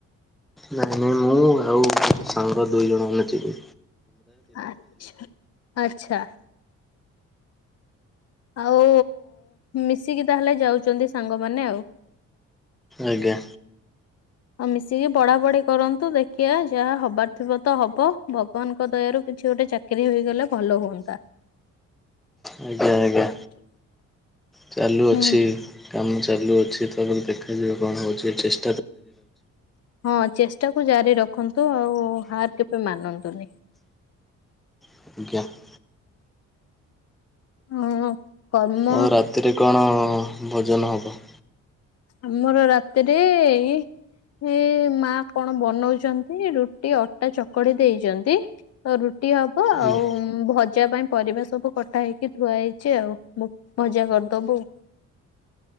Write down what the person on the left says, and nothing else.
ଆଛା ଆଚ୍ଛା। ଆଉ ମିଶିକି ତାହେଲେ ଯାଉଚନ୍ତି ସାଙ୍ଗମାନେ ଆଉ।
ଆଉ ମିଶିକି ପଢା ପଢି କରନ୍ତୁ ଦେଖିବା ଯାହା ହବାର୍ ଥିବ ତ ହବ ଭଗବାନଙ୍କ ଦୟାରୁ କିଛି ଗୋଟେ ଚାକ୍ କିରି ହୋଇଗଲେ ଭଲ ହୁଅନ୍ତା।
<inaudible>
ହୁଁ
ହଁ ଚେଷ୍ଟା କୁ ଜାରି ରଖନ୍ତୁ ଆଉ ହାର କେବେ ମାନନ୍ତୁନି।
ହଁ। କର୍ମ
ଆମର ରାତିରେ ଏଇ ଏ ମା କଣ ବନଉଚନ୍ତି ରୁଟି ଅଟା ଚକଡ଼ି ଦେଇଚନ୍ତି। ତ ରୁଟି ହବ ଆଉ
ଭଜା ପାଇଁ ପରିବା ସବୁ କଟା ହେଇକି ଥୁଆ ହେଇଚି ଆଉ। ଭଜା କରିଦବୁ।